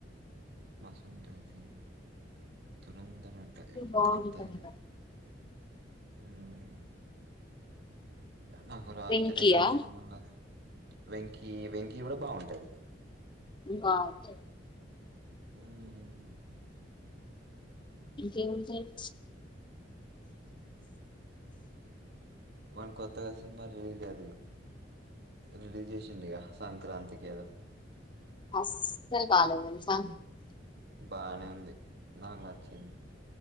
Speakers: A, on the right (about 60°); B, on the left (about 25°).
A: మస్తుంటది సిన్నమది దురంధర్ అంటే ఇప్పుడు
B: బాగుంటది
A: కోత్త సినిమా
B: కదా
A: ఉమ్ నాకు రామ్
B: వెంకియా
A: చరణ్ సినిమాన్ వెంకీ వెంకీ కూడా బాగుంటుంది
B: బాగుంటాయి
A: ఉమ్
B: ఇంకా ఎం సెట్స్
A: వాన్ కొత్తగా సినిమా రిలీజ్ అయింది రిలీజ్ చేశిండుగా సంక్రాంతికి ఏదో
B: అసల్ బాలేద్ తెల్సా
A: బానే ఉంది నాక్ నచ్చింది